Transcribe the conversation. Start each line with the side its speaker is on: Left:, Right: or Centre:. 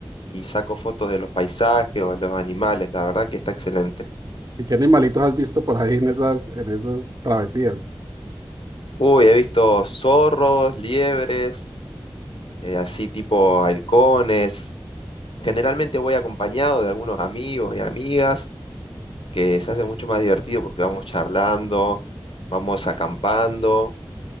Left: y saco fotos de los paisajes o de los animales. La verdad que está excelente.
Right: ¿Y qué animalitos has visto por ahí en esas, en esas travesías?
Left: Uy, he visto zorros, liebres, eh, así tipo halcones. Generalmente voy acompañado de algunos amigos y amigas que se hace mucho más divertido porque vamos charlando, vamos acampando.